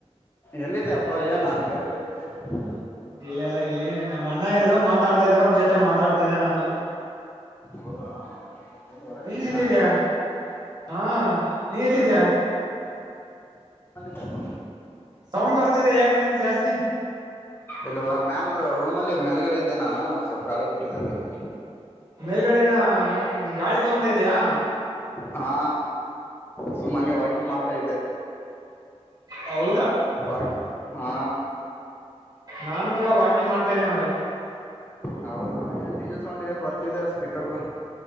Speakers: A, on the left; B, on the right.
A: ಎಲ್ಲಿದ ಅಪ್ಪಾ ಏನ ಬೇರೆ ಕಡೆ ವಿಜಯ್ ಬಿುಟ್ಟಿದ್ದ
B: ಇಲ್ಲೆಲ್ಲಾ ಇಲ್ಲಿ ನಮ್ಮ ಅಣ್ಣ ಇದ್ರು ಮಾತಾಡ್ತಾ ಇದ್ರು ಅವ್ರ ಜೊತೆ ಮಾತಾಡ್ತಿದ್ದೆ ನಾನು
A: ಹೌದಾ ಇಲ್ಲಿ ಹೊರಗಡೆದಯಗ
B: ನೀನ್ ಎಲ್ಲಿದ್ಯಾ ಹಾ ನೀ ಎಲ್ಲಿದ್ಯಾ
A: ತ
B: ಸೌಂಡ್ ಬರ್ತದೆ ಯಾಕನಂದು ಜಾಸ್ತಿ
A: ಇಲ್ವಾ ಮ್ಯಾಲ್ ರೂಮಲ್ಲಿ ಮೇಲ್ಗಡೆ ಇದ್ದೆ ನಾನು ಸ್ವಲ್ಪ ಗಾಳಿ ಬಿಟ್ಟಿದ್ದೆ ಅದಕ್ಕೆ
B: ಮೇಲ್ಗಡೆನ ಗಾಳಿ ತಗೊತ ಇದಯಾ
A: ಹಾ ಸುಮ್ಮ ಹಂಗೆ ವಾಕಿಂಗ್ ಮಾಡ್ತಾ ಇದ್ದೆ
B: ಹೌ
A: ಓಕೆ ಹಾ
B: ನಾನು ಕೂಡ ವಾಕಿಂಗ್ ಮಾಡ್ತಾ ಇದ್ದೀನಿ ನೋಡು
A: ಹೌದಾ ಏನ್ ಡಿ ಜೆ ಸೌಂಡ್ ಏನ್ ಬರ್ತಿದೆ ಸ್ಪೀಕರ್ದು